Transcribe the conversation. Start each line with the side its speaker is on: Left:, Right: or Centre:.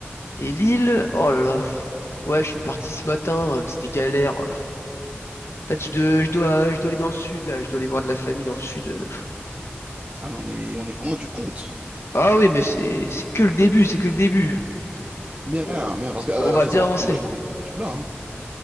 Left: et Lille. Oh là là, pff. ouais, je suis parti ce matin, euh, c'était galère. En fait, je, dois- je dois, je dois aller dans le sud là, je dois aller voir de la famille dans le sud. euh,
Right: Ah, mais on est, on est loin du compte.
Left: Ah oui, mais c'est c'est que le début, c'est que le début.
Right: Bien,
Left: On,
Right: bien, parce que, euh,
Left: on va
Right: faut
Left: bien
Right: savoir
Left: avancer.
Right: que moi, je m'arrête pas du tout là, hein.